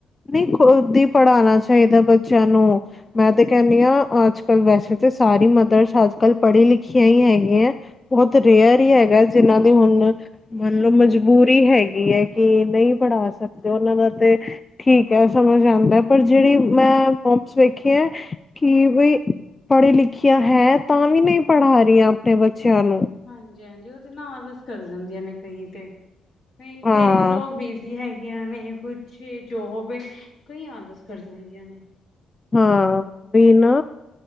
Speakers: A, on the left; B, on the left.
A: ਨਈ ਖੁਦ ਈ ਪੜ੍ਹਾਣਾ ਚਾਈਦਾ ਬੱਚਿਆਂ ਨੂੰ। ਮੈਂ ਤੇ ਕੈਨੀ ਆ, ਅੱਜ ਕੱਲ ਵੈਸੇ ਤੇ ਸਾਰੀ ਮਦਰਸ ਅੱਜ ਕੱਲ ਪੜ੍ਹੀਆਂ ਲਿਖੀਆਂ ਈ ਹੈਗੀਐ। ਬਹੁਤ ਰੇਅਰ ਈ ਹੈਗਾ ਜ ਜਿਨਾਂ ਦੀ ਹੁਣ, ਮੰਨਲਓ
B: ਉਹ ਨਾ
A: ਮਜਬੂਰੀ ਹੈਗੀ ਐ ਕਿ ਨਈ ਪੜ੍ਹਾ ਸਕ ਤੇ ਉਹਂਨਾ ਦੇ ਤੇ ਠੀਕ ਐ ਸਮਝ ਆਂਦਾ ਪਰ ਜੇੜੀ ਮੈਂ ਮੋਮਸ ਵੇਖੀਆਂ ਕਿ ਬਈ ਪੜ੍ਹੀ-ਲਿਖਿਆਂ ਹੈ ਤਾਂ ਵੀ ਨਈ ਪੜ੍ਹਾ ਰਿਆ ਆਪਣੇ ਬੱਚਿਆਂ ਨੂੰ।
B: ਹਾਂਜੀ-ਹਾਂਜੀ, ਉਹ ਤੇ ਨਾ ਆਲਸ ਕਰ ਜਾਂਦੀਆਂ ਨੇ ਕਈ ਤੇ ਕਈ
A: ਹਾਂ
B: ਤੇ ਚਲੋ ਬੀਜ ਜੀ ਹੈਗੀਆਂ ਨੇ, ਤੇ ਕੁੱਛ ਜੋਬ, ਕਈ ਆਲਸ ਕਰ ਜਾਂਦਿਆ ਨੇ।
A: ਹਾਂ ਉਈ ਨਾ,